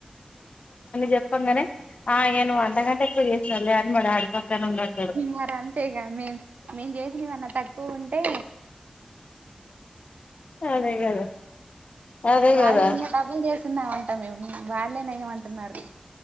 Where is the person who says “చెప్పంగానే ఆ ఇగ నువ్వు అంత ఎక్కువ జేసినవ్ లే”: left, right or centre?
Left